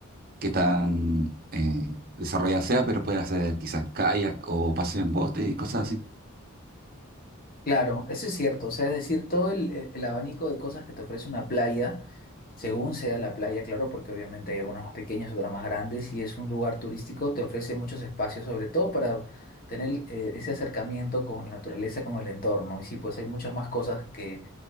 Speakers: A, on the right (about 40°); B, on the left (about 40°).
A: qué tan eh, desarrollada sea, pero puede hacer quizás kayak o paseo en bote, cosas así.
B: Claro, eso es cierto. O sea, es decir, todo el, el- el abanico de cosas que te ofrece una playa, según sea la playa, claro, porque obviamente hay algunas más pequeñas, otras más grandes, y es un lugar turístico, te ofrece muchos espacios, sobre todo para tener eh, ese acercamiento con la naturaleza, con el entorno. Y sí, pues hay muchas más cosas que